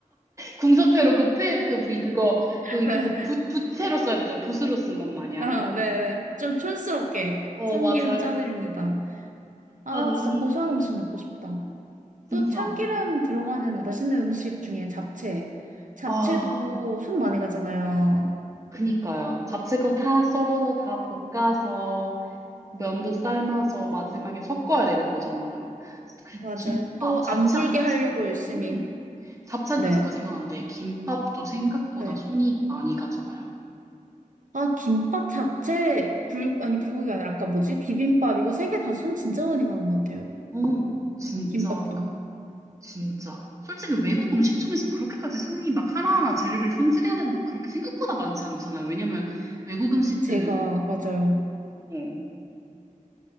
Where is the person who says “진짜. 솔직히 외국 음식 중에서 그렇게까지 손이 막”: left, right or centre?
Right